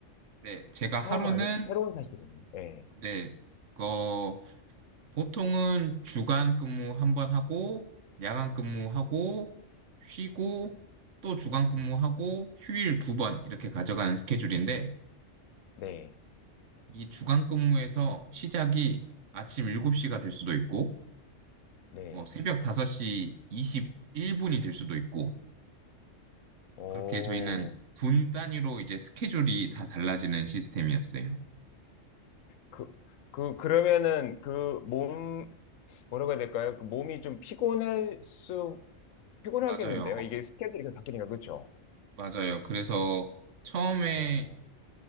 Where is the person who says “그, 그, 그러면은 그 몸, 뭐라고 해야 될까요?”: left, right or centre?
Left